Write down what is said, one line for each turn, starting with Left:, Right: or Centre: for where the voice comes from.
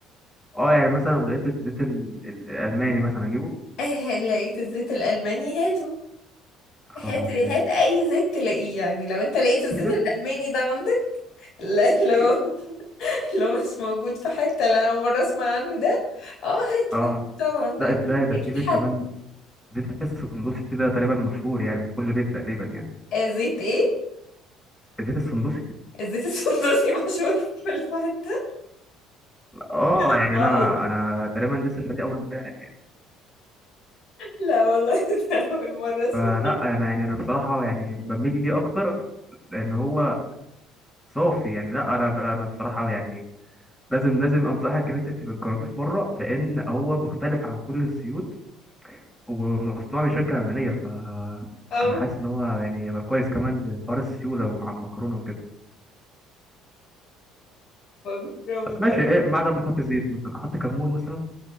Centre: اه يعني مثلا لو لقيت الزيت ال- ال- الالماني مثلا اجيبه
Left: <laughs> اه لقيت الزيت الألماني هاته
Centre: خلاص
Left: هات هات
Centre: ماشي
Left: اي زيت تلاقيه يعني لو انت لقيت الزيت
Centre: في زيت
Left: الألماني ده عندك لا- لو
Centre: في
Left: لو مش موجود في حتة لا أول مرة اسمع عنه ده اه هاته
Centre: اه
Left: هاته طبعا ده
Centre: لا
Left: اكيد
Centre: ازاي ده
Left: اكيد
Centre: في زيت
Left: حلو
Centre: كمان زيت السندوسي ده تقريبا مشهور يعني في كل بيت تقريبا يعني
Left: آه، زيت ايه
Centre: زيت السندوسي
Left: الزيت السندوسي <laughs> مشهور في كل حتة
Centre: اه
Left: اه
Centre: يعني انا انا تقريبا لسه شاريه اول امبارح يعني
Left: لا والله <laughs> ده أول مرة أسمع
Centre: فلا انا يعني انا بصراحه يعني بميل ليه اكتر لان هو صافي يعني لا انا لا انا بصراحه يعني لازم لازم انصحك ان انت تبقى تجربيه في مره لان هو مختلف عن كل الزيوت ومصنوع من شركه المانيه ف
Left: اه
Centre: انا حاسس ان هو يعني هيبقى كويس كمان لحوار السيوله ومع المكرونه وكده
Left: بجربه
Centre: طب ماشي
Left: ده
Centre: ايه بعد ما احط زيت مثلا احط كمون مثلا